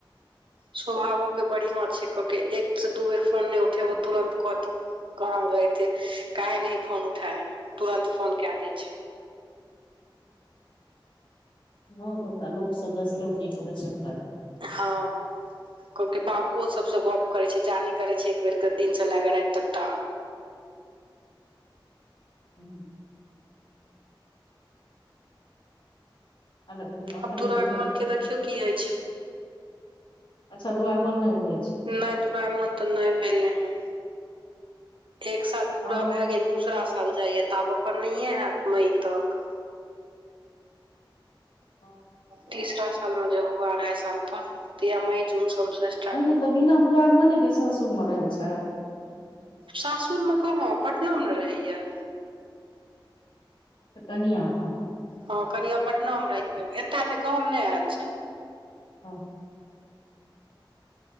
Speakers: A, on the right; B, on the left.
A: स्वभावो के बढ़िआं छै क के एक से दू बेर फोन नय उठेबौ तुरन्त कहतौ कहाँ रते काहे न फोन उठाय ह तुरंत फोन क दै छै
B: हाँ तऽ लोक सब दलो की कह होइ छै हमरा
A: हँ कहले के बाबुओ सबसँ गप करय छै जाने करे छै एक बेर के दिन से लए क राइत तक तऽ
B: हूँ अग मुखन
A: आब दुरागमन
B: बू
A: के देखियौ की होइ छै
B: अच्छा दुरागमन नय होइ छै
A: नइ दुरागमन तऽ नइ भेले हैं एक साल पूरा
B: आब
A: भए गेल दूसरा साल जाइए तऽ आब एखन नहिए है यत मई‌तक
B: हाँ
A: तीसरा साल मे जै हुआ अढ़ाई साल पर त ऽ या मई जून सॅं
B: तऽ बिना दुरागमने के सासुर मे
A: <unintelligible>
B: रहै छै
A: सासुर मे कहाँ पटना मे रहैया
B: त तनिय हँ
A: हँ कनिया पटना मे रहि ए ने गाँव नय एल छै
B: हँ